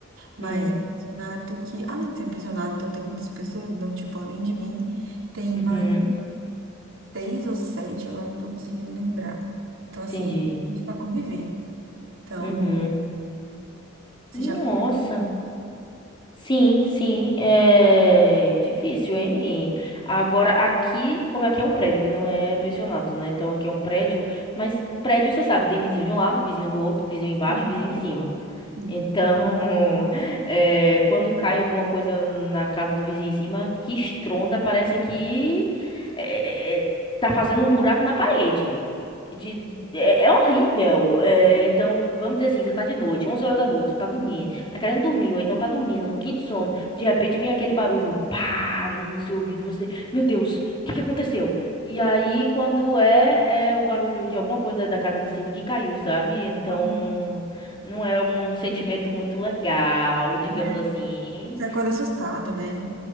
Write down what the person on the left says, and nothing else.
Hum.
Uhum.
Entendi.
Uhum.
Nossa.
Sim, sim, é difícil, hein? Agora, aqui, como aqui é um prédio, aqui não é pensionato, né? Então, aqui é um prédio, mas prédio, você sabe, tem vizinho de um lado, vizinho do outro, vizinho embaixo,
vizinho em cima.
Então, <laughs> é, quando cai alguma coisa na casa do vizinho em cima, que estronda, parece que é, é, é, tá fazendo um buraco na parede. De- de- é, é horrível. É, então, vamos dizer assim, você tá de noite, 11 horas da noite, você tá dormindo, tá querendo dormir, ou então tá dormindo, no quinto sono, de repente vem aquele barulho, pá, no seu ouvido, você, meu Deus, o que que aconteceu? E aí, quando é, é o barulho de alguma coisa da casa de cima que caiu, sabe? Então.
Não é um sentimento muito legal, digamos
assim.